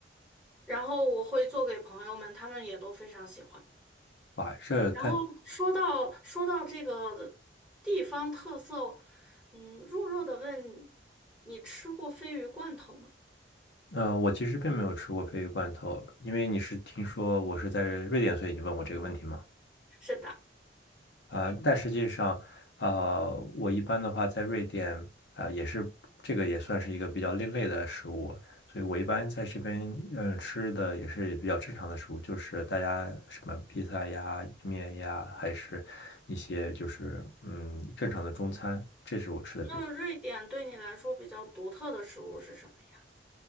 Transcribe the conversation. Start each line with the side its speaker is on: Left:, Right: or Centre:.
Centre: 然后我会做给朋友们，他们也都非常喜欢。
Left: 哇，这看，
Centre: 然后说到说到这个地方特色，嗯，弱弱的问你吃过鲱鱼罐头吗？
Left: 呃，我其实并没有吃过鲱鱼罐头，因为你是听说我是在瑞典，所以你问我这个问题吗？
Centre: 是的。
Left: 呃，但实际上，呃，我一般的话在瑞典，啊、也是这个也算是一个比较另类的食物，所以我一般在这边，嗯、吃的也是比较正常的食物，就是大家什么披萨呀、意面呀，还是一些就是嗯正常的中餐，这是我吃的比较。
Centre: 那瑞典对你来说比较独特的食物是什么呀？